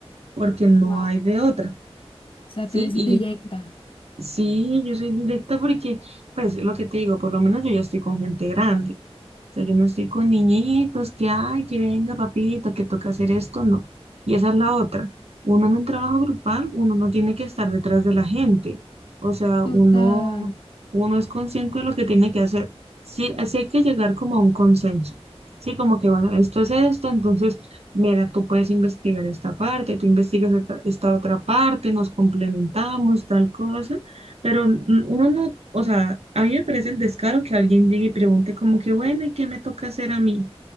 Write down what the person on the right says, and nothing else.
porque no
hay de otra.
¿Sí?
Y
Sí, yo soy directa porque, pues, lo que te digo, por lo menos yo ya estoy con gente grande. O sea, yo no estoy con niñitos que, ay, que venga, papito, que toca hacer esto, no. Y esa es la otra. Uno en un trabajo grupal, uno no tiene que estar detrás de la gente. O sea,
uno, uno es consciente de lo que tiene que hacer. Sí, así hay que llegar como a un consenso. Sí, como que, bueno, esto es esto, entonces, mira, tú puedes investigar esta parte, tú investigas esta esta otra parte, nos complementamos, tal cosa. Pero uno no, o sea, a mí me parece el descaro que alguien llegue y pregunte como que, bueno, ¿y qué me toca hacer a mí?